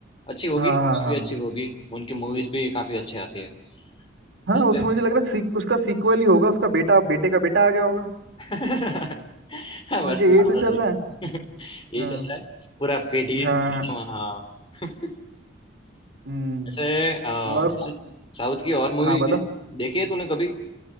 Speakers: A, on the left; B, on the right.
A: अच्छी होगी
B: हाँ हाँ
A: काफी
B: हाँ
A: अच्छी होगी उनकी मूवीज भी काफी अच्छी आती है
B: हाँ
A: वैसे
B: उसमें मुझे लग रहा है सीक, उसका सीक्वल ही होगा उसका बेटा बेटे का बेटा आ गया होगा
A: <laughs> वैसे
B: और क्या यही
A: बात
B: तो
A: तो
B: चल
A: सही
B: रहा है
A: <laughs> यही
B: हाँ
A: चल रहा है पूरा पीढ़ी
B: हाँ
A: पीढ़ी-
B: हाँ,
A: हाँ <laughs>
B: हम्म
A: ऐसे अ,
B: और
A: साउथ की और मूवी
B: हाँ बता
A: देखी है तूने कभी